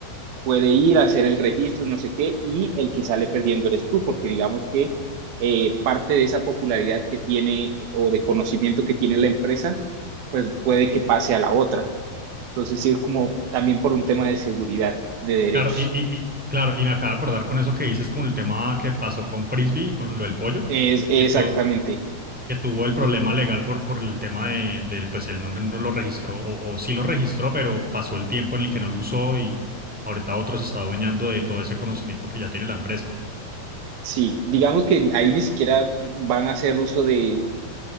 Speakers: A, on the right; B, in the centre.
A: puede ir a hacer el registro, no sé qué, y el que sale perdiendo eres tú, porque digamos que eh, parte de esa popularidad que tiene o de conocimiento que tiene la empresa, pues puede que pase a la otra. Entonces, sí es como también por un tema de seguridad, de derechos.
B: Claro, y, y- y- claro, y me acabo de acordar con eso que dices con el tema que pasó con Frisbee, con lo del pollo,
A: Es exactamente.
B: que, to- que tuvo el problema
A: Eh,
B: legal por, por el tema de, de, pues el nombre no lo registró, o, o sí lo registró, pero pasó el tiempo en el que no lo usó y ahorita otro se está adueñando de todo ese conocimiento que ya tiene la empresa.
A: sí, digamos que ahí ni siquiera van a hacer uso de,